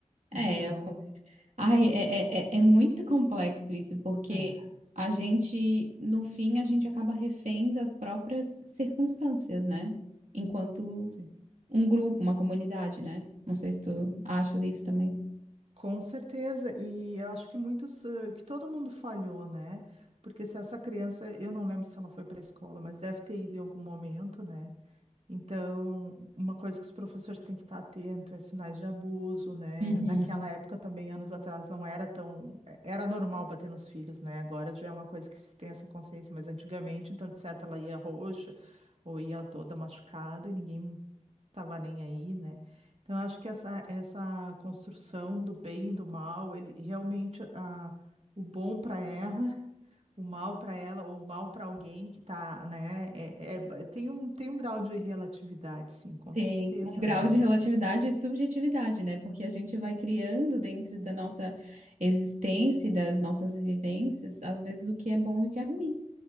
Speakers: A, on the right; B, on the right.
A: Então,
B: É, Ai, é, é, é é muito complexo isso, porque
A: é,
B: a gente, no fim, a gente acaba refém das próprias circunstâncias, né? Enquanto
A: sim.
B: um grupo, uma comunidade, né? Não sei se tu achas isso também.
A: Com certeza. E eu acho que muitos, eh, que todo mundo falhou, né? Porque se essa criança, eu não lembro se ela foi para a escola, mas deve ter ido em algum momento, né? Então, uma coisa que os professores têm que estar atento é sinais de abuso, né?
B: Uhum.
A: Naquela época também, anos atrás, não era tão... é, Era normal bater nos filhos, né? Agora já é uma coisa que se tem essa consciência, mas antigamente, então, de certo, ela ia roxa ou ia toda machucada e ninguém tava nem aí, né? Então, eu acho que essa, essa construção do bem e do mal, ele realmente... A, o bom para ela o mal para ela ou o mal para alguém que tá, né? É, é- tem um, tem um grau de relatividade, sim, com
B: Tem
A: certeza,
B: um grau
A: né?
B: de relatividade e subjetividade, né? Porque a gente vai criando dentro da nossa existência e das nossas vivências, às vezes, o que é bom e o que é ruim.